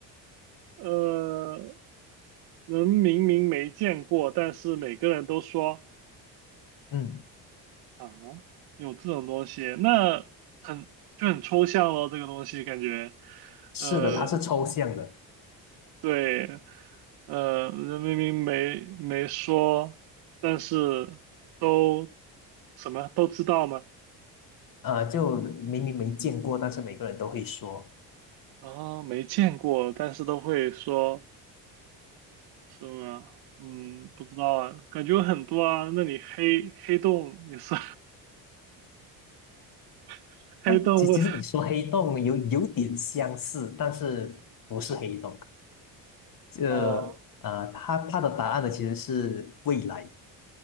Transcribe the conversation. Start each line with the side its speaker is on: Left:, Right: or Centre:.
Right: 呃，人明明没见过，但是每个人都说
Left: 嗯，
Right: 啊，有这种东西，那很就很抽象咯，这个东西感觉，
Left: 是的，
Right: 呃，
Left: 它是抽象的。
Right: 对，呃，人明明没没说，但是都什么都知道吗？
Left: 呃，就明明没见过，但是每个人都会说。
Right: 啊，没见过，但是都会说是吗？嗯，不知道啊，感觉有很多啊。那里黑黑洞也是 <laughs> 黑洞问
Left: 那其其实你说黑洞有有点相似，但是不是黑洞。这呃，
Right: 哦
Left: 它它的答案呢其实是未来